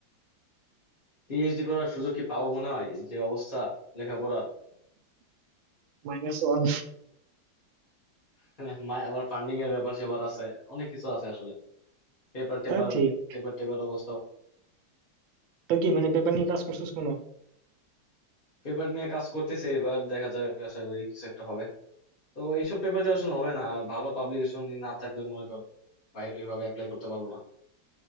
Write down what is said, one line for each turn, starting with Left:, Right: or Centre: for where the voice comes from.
Left: পিএইচডি করার সুযোগ কি পাবো মনে হয় যে অবস্থা লেখাপড়ার
Right: Minus one
Left: <laughs> মায় আবার ফান্ডিং এর ব্যাপার সেবার আছে অনেক কিছু আছে আসলে পেপার টেপার
Right: তা ঠিক
Left: পেপার টেপার অবস্থা
Right: তো কি মানে পেপার নিয়ে কাজ করছিস কোনো
Left: পেপার নিয়ে কাজ করতেছে এবার দেখা যায় আশা করি কিছু একটা হবে তো এইসব পেপার দিয়ে আসলে হবে না আর ভালো পাবলিকেশন না থাকলে মনে কর বাইরে ওইভাবে অ্যাপ্লাই করতে পারবো না